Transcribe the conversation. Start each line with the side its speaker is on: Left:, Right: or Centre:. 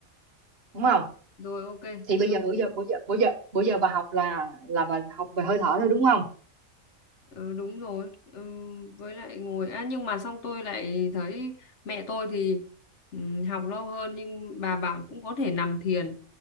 Right: đúng không
Left: rồi ok Thế
Right: thì bây giờ bữa giờ bữa giờ bữa giờ bữa giờ bà học là là bà học về hơi thở thôi đúng không
Left: Ừ, đúng rồi ừ, với lại ngồi à, nhưng mà xong tôi lại thấy mẹ tôi thì ừ, học lâu hơn nhưng bà bảo cũng có thể nằm thiền